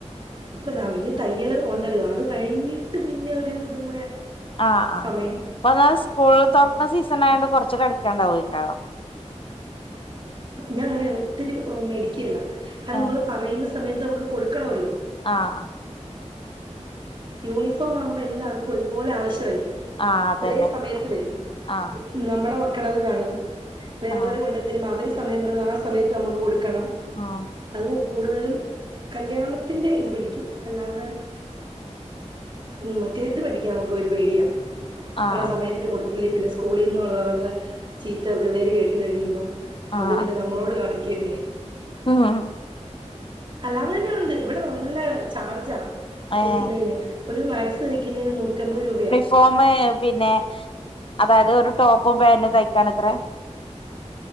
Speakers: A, on the right (about 40°); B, on the left (about 45°).
A: ഇപ്പൊ ന <unintelligible> തയ്യല് ഉണ്ടല്ലോ അത് കഴിഞ്ഞിട്ട് പിന്നെ ഒരു ഇതും കൂടെ
B: ആഹ് ആ്
A: സമയം
B: അപ്പ ന്നാൽ സ്കൂൾ തുറക്കുന്ന സീസൺ ആയണ്ട് കുറച്ച് ക്കെ അടിക്കാണ്ടാവും ഇക്കാരം
A: ഞാൻ അങ്ങനെ ഒത്തിരി മേടിക്കല്ല കാരണം
B: ഏഹ്
A: നമ്മൾ പറയുന്ന സമയത്ത് നമുക്ക് കൊടുക്കണല്ലോ
B: ആഹ
A: യൂണിഫോം ആവുമ്പോ എല്ലാവർക്കും ഒരുപോലെ ആവശ്യമല്ലേ
B: ആഹ് അതന്നെ
A: ഒരേ സമയത്ത് വരും
B: ആഹ്
A: നമ്മുടെ മക്കട കാണും വേറള്ളവരെ
B: ആഹ്
A: കൊണ്ടുത്തരുമ്പോൾ അവര് സമയം പറഞ്ഞ ആ സമയത്ത് നമുക്ക് കൊടുക്കണം.
B: ആ
A: അത് കൂടുതലും കല്യാണത്തിൻ്റെ ഇത് പിടിക്കും അല്ലാതെ മറ്റേത് മേടിക്കാൻ നക്ക് ഒരു പേടിയാ കാരണം
B: ആഹ്
A: സമയത്തിന് കൊടുത്ത് പിന്നെ സ്കൂളിൽ നിന്നള്ളവരുടെ ചീത്ത പിള്ളേര് കേട്ട് കഴിയുമ്പം
B: ആഹ്
A: അത് പിന്നെ നമ്മളോട് കാണിക്കും. <unintelligible>
B: ആഹ്
A: അല്ലാ തന്നെ ഉണ്ട് ഇവിടെ നല്ല ചാർജാ തയ്ക്കുന്നതിന്
B: ഏഹ്
A: ഒരു മാക്സി തയ്ക്കുന്നതിന് നൂറ്റമ്പത് രൂപയാ
B: ഫോമ് പിന്നെ അതായത് ഒരു ടോപ്പും പാൻറും തയ്ക്കാൻ എത്ര?